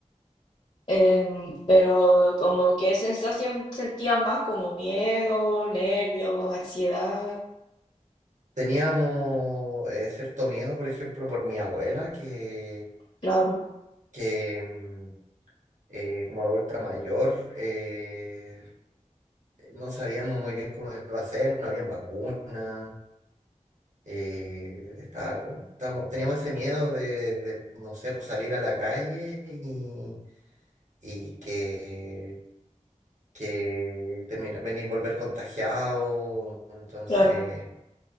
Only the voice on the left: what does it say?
Em, pero como que sensación sentía más como miedo, nervios, ansiedad,
claro,
claro.